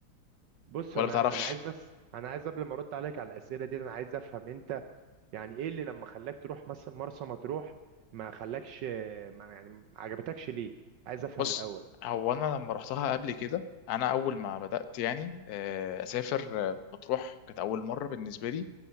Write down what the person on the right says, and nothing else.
بص
انا
انا عايز بس انا عايز قبل ما ارد عليك على الاسئله دي انا عايز افهم انت يعني ايه اللي لما خلاك تروح مثلا مرسى مطروح ما خلاكش ما يعني ما عجبتكش ليه عايز افهم
الاول